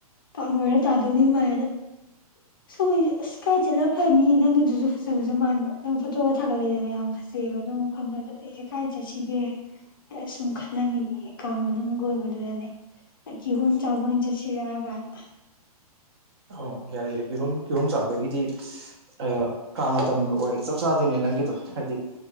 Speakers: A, on the left; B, on the right.
A: ꯄꯥꯛꯅꯣꯏꯔ ꯇꯥꯗꯧꯗꯤ ꯃꯥꯂꯦꯗ ꯁꯣꯝꯒꯩꯁꯨ ꯑꯁ ꯀꯥꯏ ꯆꯠꯂ ꯐꯅꯤ ꯅꯪꯒꯤꯗꯨꯁꯨ ꯐꯖꯕꯁꯨ ꯃꯥꯟꯕ ꯅꯪ ꯐꯣꯇꯣꯒ ꯊꯥꯒꯠꯂꯗꯅ ꯌꯥꯝ ꯐꯖꯩꯑꯕ ꯑꯗꯨ ꯃꯐꯝꯗꯨꯗꯣ ꯑꯩꯁꯦ ꯀꯥꯏ ꯆꯠꯁꯤꯒꯦ ꯑꯁꯨꯝ ꯈꯜꯂꯝꯃꯤꯅꯤ ꯀꯥꯡ ꯃꯅꯨꯡꯒ ꯑꯣꯏꯕꯗꯨꯗꯅꯦ ꯀꯤꯍꯣꯝ ꯆꯥꯕ ꯑꯣꯏꯟ ꯆꯠꯁꯤꯔ ꯒꯥꯏꯅ
B: ꯑꯣ ꯌꯥꯏꯦꯌꯦ ꯀꯤꯍꯨꯝ ꯀꯤꯍꯣꯝ ꯆꯥꯕꯒꯤꯗꯤ ꯑ ꯀꯥꯡ ꯃꯇꯝꯒ ꯑꯣꯏꯔꯦ ꯆꯞ ꯆꯥꯗꯣꯏꯅꯦ ꯅꯪꯒꯤ ꯍꯥꯏꯗꯤ